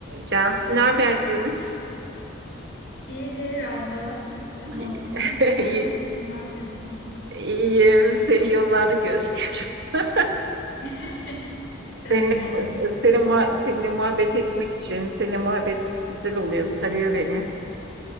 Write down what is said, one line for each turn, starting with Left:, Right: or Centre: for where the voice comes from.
Right: Cansu ne haber canım?
Left: İyidir abla. E,
Right: <laughs>
Left: Ne olsun? Sen
Right: İyi-
Left: nasılsın? Ne yapıyorsun?
Right: İyiyim. Seni yollarda gözlüyorum. <laughs>
Left: <laughs> Canım
Right: Seninle,
Left: ya.
Right: seninle, muha- seninle muhabbet etmek için, seninle muhabbet güzel oluyor, sarıyor beni.